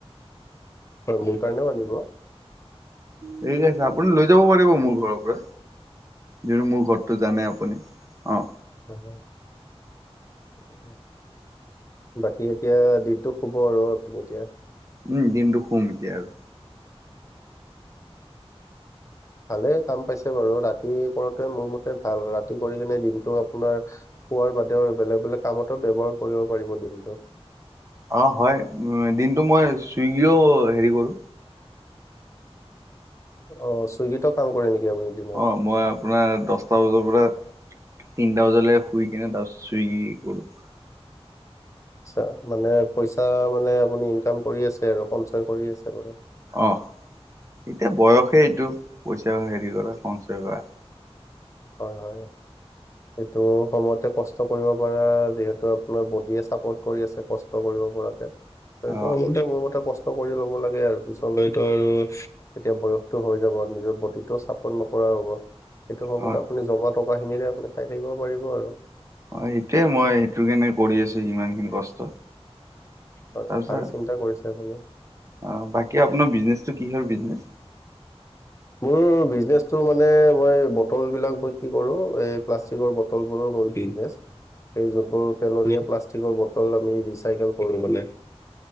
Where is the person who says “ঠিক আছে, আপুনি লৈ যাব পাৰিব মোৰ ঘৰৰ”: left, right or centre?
Right